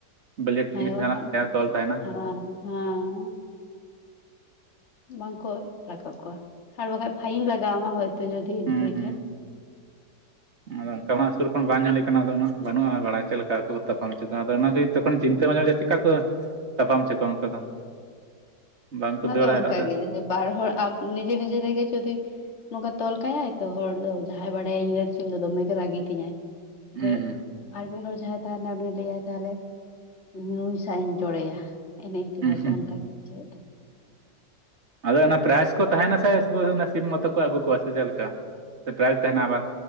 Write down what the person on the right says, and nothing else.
ᱵᱞᱮᱰ
ᱛᱮᱜᱮ ᱥᱮ
ᱡᱟᱦᱟᱱᱟᱜ ᱛᱮ ᱛᱚᱞ ᱛᱟᱦᱮᱱᱟ
ᱦᱩᱸ ᱦᱩᱸ
<inaudible> ᱥᱩᱨ ᱠᱷᱚᱱ ᱵᱟᱝ ᱧᱮᱞ ᱦᱳᱭ ᱠᱟᱱᱟ ᱟᱫᱚ ᱩᱱᱟᱹᱜ ᱵᱟᱹᱱᱩᱜᱼᱟ ᱵᱟᱲᱟᱭ ᱪᱮᱫ ᱞᱮᱠᱟ ᱠᱚ ᱛᱟᱯᱟᱢ ᱦᱚᱪᱚ ᱠᱚᱣᱟ ᱟᱫᱚ ᱚᱱᱟᱜ ᱛᱚᱠᱷᱚᱱ ᱪᱤᱱᱛᱟᱹ ᱢᱟᱡᱮᱢᱟᱡᱷᱮ ᱪᱤᱠᱟ ᱠᱚ ᱛᱟᱯᱟᱢ ᱦᱚᱪᱚ ᱠᱚᱣᱟ ᱩᱱᱠᱟ ᱫᱚ ᱵᱟᱝᱠᱚ
ᱫᱟᱹᱲᱟ
ᱮᱴᱟᱜ ᱥᱮᱫ
ᱦᱩᱸ ᱦᱩᱸ
ᱦᱩᱸ
ᱟᱫᱚ ᱯᱨᱟᱭᱤᱡ ᱠᱚ ᱛᱟᱦᱮᱱᱟ ᱥᱮ ᱥᱤᱢ ᱢᱚᱛᱚ ᱠᱚ ᱟᱹᱜᱩ ᱠᱚᱣᱟ ᱥᱮ ᱪᱮᱞᱮᱠᱟ ᱥᱮ ᱯᱨᱟᱭᱤᱡ ᱛᱟᱦᱮᱱᱟ ᱟᱵᱟᱨ